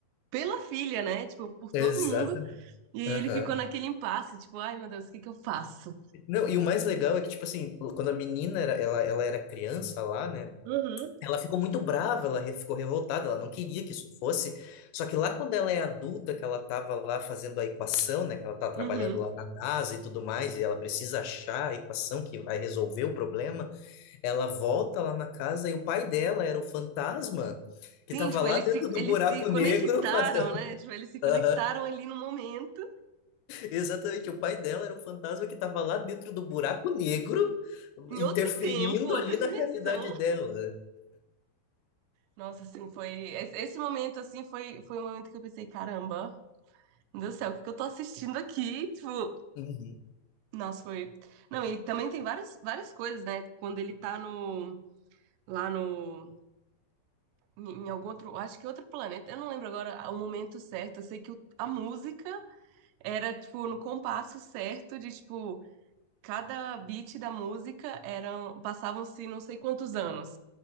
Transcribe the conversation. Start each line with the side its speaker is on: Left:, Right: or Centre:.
Right: pela filha, né, tipo, por
Left: Exatamente.
Right: todo mundo, e aí
Left: Aham.
Right: ele ficou naquele impasse, tipo, ai meu Deus, o que que eu faço?
Left: Não, e o mais legal é que, tipo assim, quando a menina era, ela, ela era criança lá, né?
Right: Uhum.
Left: Ela ficou muito brava, ela re- ficou revoltada, ela não queria que isso fosse. Só que lá quando ela é adulta, que ela tava lá fazendo a equação, né? Que ela tá trabalhando
Right: Uhum.
Left: lá na NASA e tudo mais, e ela precisa achar a equação que vai resolver o problema, ela volta lá na casa e o pai dela era o fantasma que
Right: Sim,
Left: tava
Right: tipo,
Left: lá
Right: eles
Left: dentro
Right: se,
Left: do
Right: eles
Left: buraco
Right: se conectaram,
Left: negro fazendo.
Right: né, tipo, eles se conectaram
Left: <laughs>
Right: ali no momento,
Left: Exatamente, o pai dela era um fantasma que estava lá dentro do buraco negro,
Right: em
Left: interferindo
Right: outro tempo, outra
Left: ali na
Right: dimensão.
Left: realidade dela.
Right: Nossa, assim, foi, esse esse momento, assim, foi, foi um momento que eu pensei, caramba, meu Deus do céu, o que que eu tô assistindo aqui? Tipo,
Left: Uhum.
Right: Nossa, foi. Não, e também tem várias, várias coisas, né? Quando ele tá no. Lá no. Em em algum outro. Acho que outro planeta. Eu não lembro agora o momento certo. Eu sei que o- a música era, tipo, no compasso certo de, tipo, cada beat da música eram. Passavam-se não sei quantos anos.